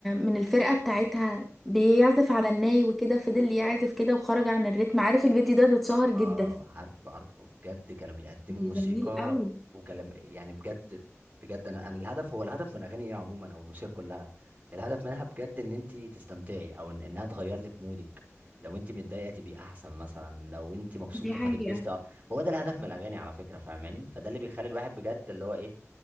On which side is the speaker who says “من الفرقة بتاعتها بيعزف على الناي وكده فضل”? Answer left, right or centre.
Centre